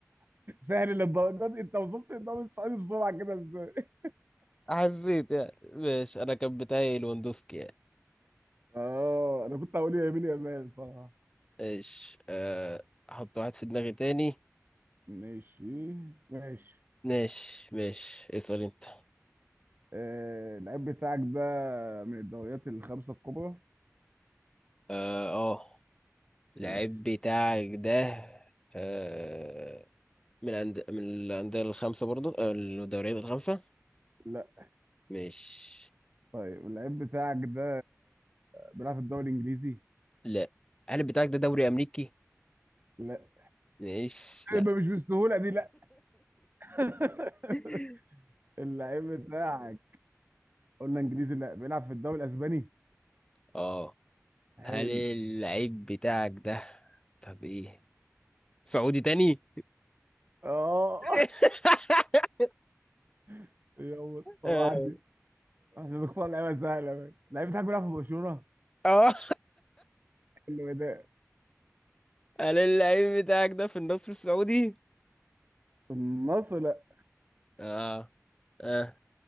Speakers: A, on the right; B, on the left.
A: سهل للدرجة دي انت وصلت الدوري السعودي بسرعة كده ازاي
B: حسيت يعني ماشي انا كان بتاعي لواندوسكي يعني
A: اه انا كنت هقول يا يمين يا مان صراحة
B: ماشي آه احط واحد في دماغي تاني
A: ماشي ماشي
B: ماشي ماشي اسأل انت
A: آه، اللعيب بتاعك ده من الدوريات الخمسة الكبرى
B: اه آه، اللعيب
A: ماشي
B: بتاعك ده آه من الأند... من الأندية الخمسة برضو آه، الدوريات الخمسة
A: لا
B: مش
A: طيب اللعيب بتاعك ده بيلعب في الدوري الانجليزي؟
B: لا هل بتاعك ده دوري أمريكي؟
A: لا
B: مش
A: <laughs>
B: لا
A: يبقى مش بالسهوله دي لا <laughs>
B: <laughs>
A: اللعيب بتاعك قلنا انجليزي لا بيلعب في الدوري الاسباني؟
B: اه
A: حلو
B: هل اللعيب بتاعك ده طب ايه سعودي تاني؟
A: اه
B: <laughs>
A: <laughs> يلا طبعا
B: اه
A: دي احنا بنختار لعيبه سهله بقى اللعيب بتاعك بيلعب في برشلونه؟
B: آه.
A: حلو ده
B: هل اللعيب بتاعك ده في النصر السعودي؟
A: في النصر لا
B: اه اه